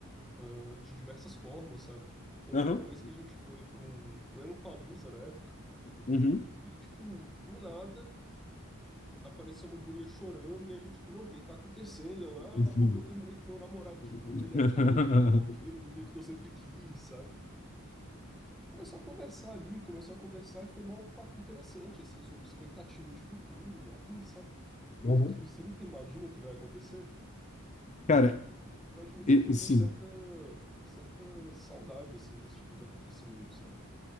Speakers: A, in the centre; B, on the left.
A: ah, de diversas formas, sabe? Eu
B: aham.
A: lembro uma vez que a gente foi para um, para um Lollapalooza na época
B: Uhum.
A: e, tipo, do nada apareceu uma guria chorando e a gente, tipo, não, o que que tá acontecendo? Ela,
B: Uhum.
A: ah, porque eu terminei com meu namoradinho,
B: <laughs>
A: ele era cabeludo, roqueiro, do jeito que eu sempre quis, sabe? A gente começou a conversar ali, começou a conversar e foi mó papo interessante, assim, sobre expectativa de futuro e afins, sabe?
B: Uhum.
A: Coisa que você nunca imagina que vai acontecer. E
B: Cara,
A: eu admito
B: e-
A: que eu
B: sim,
A: tenho certa, certa saudade, assim, desse tipo de acontecimento, sabe?